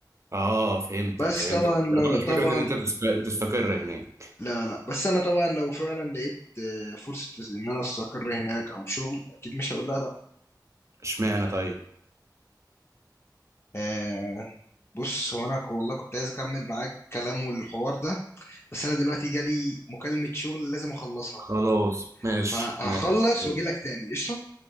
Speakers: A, on the right; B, on the left.
A: اه فهمتك
B: بس
A: فهمتك
B: طبعا
A: بس
B: لا
A: لا، مش
B: طبعا
A: فكرة ان انت تست- تستقر هناك
B: لا لا بس انا طبعا لو فعلا لقيت آه، فرصه ان انا استقر هناك او شغل اكيد مش هقول لها لا
A: اشمعنى طيب
B: آه بص هو انا ك- والله كنت عايز اكمل معاك كلام والحوار ده بس انا دلوقتي جالي مكالمه شغل لازم اخلصها
A: خلاص ماشي
B: فهخلص
A: ماشي ماشي.
B: واجي لك تاني قشطة